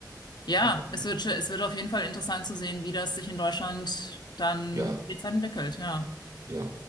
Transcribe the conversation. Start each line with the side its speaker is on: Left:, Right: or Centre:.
Left: Ja,
Right: Ja.
Left: es wird, es wird auf jeden Fall interessant zu sehen, wie das sich in Deutschland dann
Right: Ja,
Left: die Zeit entwickelt, ja.
Right: ja.